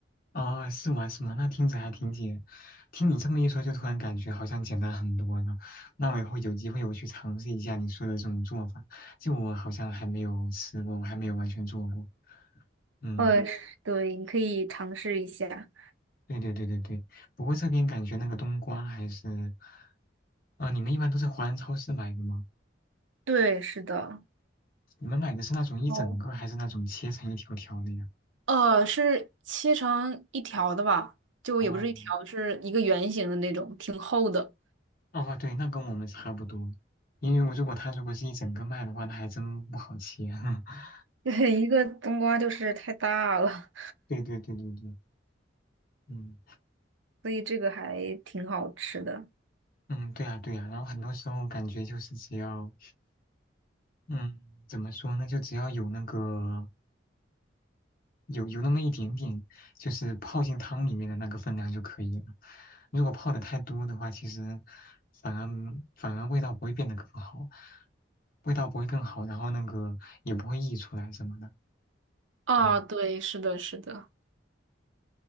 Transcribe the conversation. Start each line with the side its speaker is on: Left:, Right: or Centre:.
Left: 哦，是吗？是吗？那听着还挺简，听你这么一说，就突然感觉好像简单很多了。那我以后有机会我去尝试一下你说的这种做法，就我好像还没有吃过，我还没有完全做过。
Right: <laughs>
Left: 嗯，
Right: 呃，嗯对，你可以尝试一下。
Left: 对对对对对。不过这边感觉那个冬瓜还是，啊、你们一般都在华人超市买的吗？
Right: 对，是的。
Left: 你们买的是那种一整个，
Right: 哦，
Left: 还是那种切成一条条的呀？
Right: 呃，是切成一条的吧？就也不是一条，
Left: 哦，
Right: 是一个圆形的那种，挺厚的。
Left: 哦，对，那跟我们差不多。因为我如果他如果是一整个卖的话，那还真不好切。<laughs>
Right: 对，<laughs> 一个冬瓜就是太大了，
Left: 对对对对对，嗯
Right: 所以这个还挺好吃的。
Left: 嗯，对啊对啊，然后很多时候感觉就是只要，嗯，怎么说呢，就只要有那个有有那么一点点，就是泡进汤里面的那个分量就可以了。如果泡的太多的话，其实反而反而味道不会变得更好，味道不会更好，然后那个也不会溢出来什么的。
Right: 啊，
Left: 嗯，
Right: 对，是的，是的。